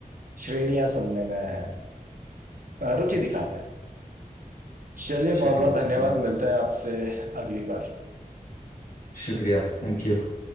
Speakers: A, on the right; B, on the left.
A: श्रेणियां सुनने में अ, रुचि
B: अच्छा
A: दिखाते हैं चलिए
B: शुक्रिया
A: बहुत बहुत धन्यवाद
B: शुक्रिया
A: मिलते हैं आपसे अगली बार
B: शुक्रिया थैंक यू